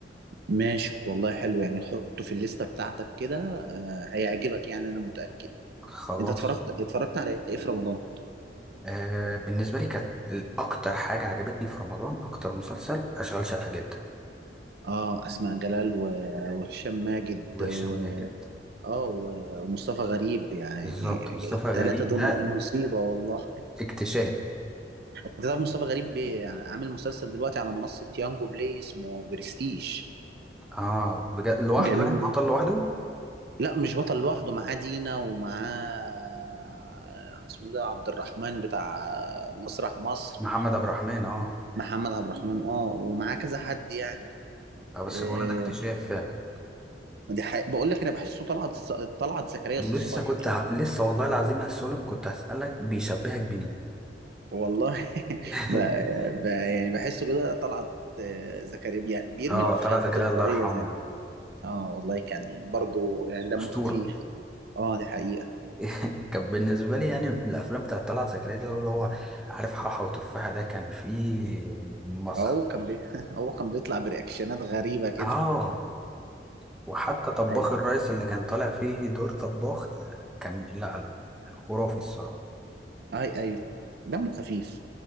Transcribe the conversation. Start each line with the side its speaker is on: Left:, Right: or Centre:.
Right: ماشي والله حلو يعني حطه في الليستة بتاعتك كده آه هيعجبك يعني أنا متأكد
Centre: خلاص
Right: أنت اتفرجت اتفرجت على إيه في رمضان؟
Centre: أه بالنسبه لي كانت اكتر حاجه عجبتني في رمضان اكتر مسلسل اشغال شقه جدا
Right: آه أسماء جلال و... وهشام ماجد
Centre: وهشام
Right: و...
Centre: ماجد
Right: آه و... ومصطفى غريب يعني
Centre: بالظبط مصطفى
Right: التلاتة
Centre: غريب
Right: دول
Centre: ده
Right: مصيبة والله
Centre: اكتشاف
Right: <laughs> أنت تعرف مصطفى غريب بي- عامل مسلسل دلوقتي على منصة يانجو بلاي اسمه برستيج
Centre: اه بجد لوحده
Right: جميل
Centre: يعني بطل لوحده
Right: لا مش بطل لوحده معاه دينا ومعاه آه، اسمه ده عبد الرحمن بتاع مسرح مصر
Centre: محمد عبد الرحمن اه
Right: محمد عبد الرحمن اه ومعاه كذا حد يعني
Centre: آه، بس
Right: إيه
Centre: الولد ده اكتشاف فعلا
Right: دي حقيقة. بقول لك انا بحسه طلعت طلعت زكريا
Centre: لسه
Right: الصغير
Centre: كنت ه... لسه والله العظيم يا سولم كنت هسألك بيشبهك بمين
Right: والله <laughs>
Centre: <laughs>
Right: ب... ب... يعني بحسه كده طلعت آه، زكريا يعني بيرمي
Centre: اه
Right: الافيهات
Centre: طلعت زكريا
Right: بتلقائيه
Centre: الله يرحمه
Right: زي
Centre: يعني
Right: اه والله كان برضو يعني دمه
Centre: أسطورة
Right: خفيف اه دي حقيقه
Centre: <laughs> كان بالنسبة لي يعني الأفلام بتاعت طلعت زكريا دي اللي هو عارف حاحة وتفاحة ده كان فيه مسخرة
Right: هو كان بي... <laughs> هو كان بيطلع برياكشنات غريبه كده
Centre: اه وحتى طباخ
Right: ايوه
Centre: الريس اللي كان طالع فيه دور طباخ آه، كان لا لا خرافي الصراحة
Right: اي ايوه دمه خفيف